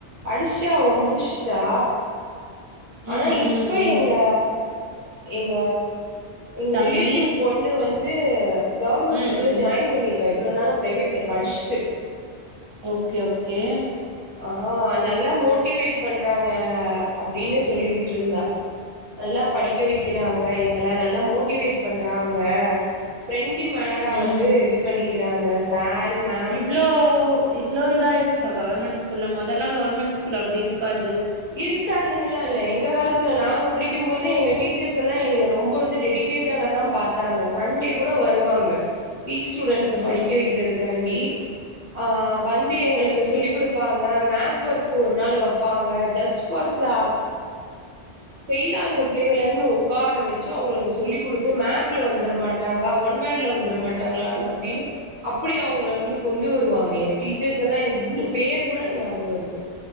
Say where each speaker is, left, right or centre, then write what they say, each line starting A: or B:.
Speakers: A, on the right; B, on the right.
A: அடிஷா அவ முடிச்ட்டா ஆனா
B: ம்
A: இப்ப
B: ம் ம்
A: எங்க எங்க எங்க
B: தம்பி
A: ரிலேட்டிவ் பொண்ணு வந்து கவர்மெண்ட்
B: ம்
A: ஸ்கூல்ல
B: ம்
A: ஜாயின் பண்ணிருக்கா இவ்ளோ நாள பிரைவேட்ல படிச்சுட்டு
B: ஓகே ஓகே
A: ஆஹ் நல்லா மோட்டிவேட் பண்றாங்க அப்டின்னு சொல்லிக்கிட்டுருந்தா நல்லா படிக்க வைக்கிறாங்க எங்கள நல்லா மோட்டிவேட் பண்றாங்க ஃப்ரெண்ட்லி மேனரா
B: ம்
A: வந்து இது பண்ணிக்கிறாங்க சாரு மே
B: இவ்ளோ இவ்ளோ இதாயிடுச்சா கவர்மெண்ட் ஸ்கூல்ல மொதல்லா கவர்மெண்ட் ஸ்கூல் அப்டி இருக்காது
A: இருக்காதுன்னுல்லா இல்ல எங்க காலத்துல நாங்க படிக்கும் போதே எங்க டீச்சர்ஸ் எல்லா எங்க ரொம்ப வந்து டெடி கேடடாதா பாத்தாங்க சண்டே கூட வருவாங்க வீக் ஸ்டூடெண்ட்ஸ
B: ம்
A: படிக்க வைக்கிறதுக்காண்டி ஆ வந்து எங்களுக்கு சொல்லி் கொடுப்பாங்க மேப் ஒர்க்கு ஒரு நாள் வப்பாங்க ஜஸ்ட் பாஸ்லா ஃபெயில் ஆகுற புள்ளைகன்னு உக்கார வச்சு அவங்களுக்கு சொல்லி் கொடுத்து மேப்ல வந்தர மாட் டாங்கா ஒன் வேர்ட்ல வந்துர மாட்டாங்களா அப்டின்னு அப்பிடி அவங்கள வந்து கொண்டு வருவாங்க எங்க டீச்சர்ஸெல்லா எனக்கு இன்னு பேர் கூட ஞாபகருக்கு